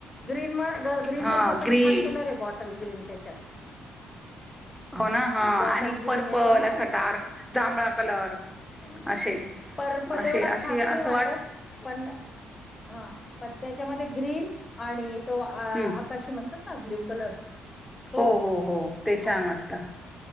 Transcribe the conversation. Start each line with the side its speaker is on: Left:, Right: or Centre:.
Left: ग्रीन म, ग्रीन
Centre: हा
Left: मधला पण
Centre: ग्री
Left: छान कलर आहे. बॉटल ग्रीन त्याच्यात.
Centre: हो ना हा...
Left: बॉटल
Centre: आणि
Left: ग्रीन
Centre: पर्पल
Left: येतो ना
Centre: असा डार्क जांभळा कलर-
Left: हं!
Centre: असे
Left: पर्पल
Centre: असे
Left: एवढा
Centre: असे
Left: खास
Centre: असं
Left: नाही वाटत.
Centre: वाट
Left: पण.. हा. पण त्याच्यामध्ये ग्रीन आणि तो आकाशी
Centre: हम्म
Left: म्हणतात ना ब्ल्यू कलर तो
Centre: हो.. हो... हो... ते छान
Left: आणि
Centre: वाटत.